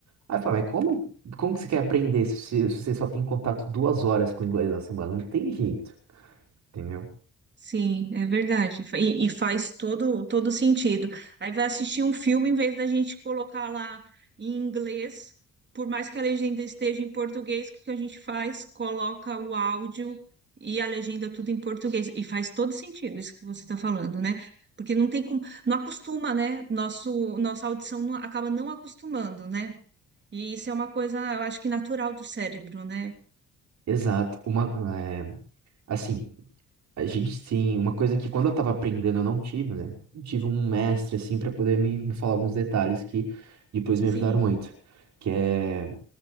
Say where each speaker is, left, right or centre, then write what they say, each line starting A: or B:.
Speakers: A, on the right; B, on the right.
A: Aí fala, mas como, como que você quer aprender se, se você só tem contato duas horas com o inglês na semana? Não tem jeito, entendeu?
B: sim, é verdade. Fa- E, e faz todo, todo sentido. Aí vai assistir um filme em vez da gente colocar lá em inglês, por mais que a legenda esteja em português, o que que a gente faz? Coloca o áudio e a legenda tudo em português. E faz todo sentido isso que você está falando, né? Porque não tem como, não acostuma, né? Nosso, nossa audição não- acaba não acostumando, né? E isso é uma coisa, eu acho que natural do cérebro, né?
A: Exato. Uma, é, assim. A gente tem uma coisa que quando eu estava aprendendo eu não tive, né? Eu tive um mestre assim para poder me, me falar alguns detalhes que depois me
B: Sim,
A: ajudaram muito, que é